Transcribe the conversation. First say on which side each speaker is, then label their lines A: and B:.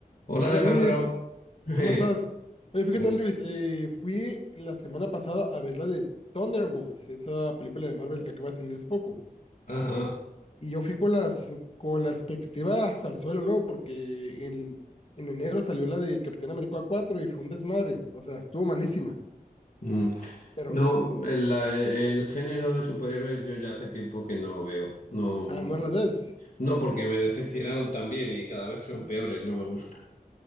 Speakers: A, on the left (about 60°); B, on the left (about 40°).
A: Hola
B: Hola
A: Alejandro.
B: Luis,
A: <laughs>
B: ¿cómo estás? Oye, fíjate
A: Bu-
B: Luis, eh, fui la semana pasada a ver la de Thunderbolts, esa película de Marvel que acaba de salir hace poco.
A: Ajá.
B: Y yo fui con las, con las expectativas al suelo, ¿no? Porque el- en enero salió la de Capitán América 4 y fue un desmadre. O sea, estuvo malísima,
A: Mm.
B: pero
A: No, el, eh, el género de superhéroes yo ya hace tiempo que no veo. No,
B: a no las ves.
A: no porque me decepcionaron también y cada vez son peores, no me gusta.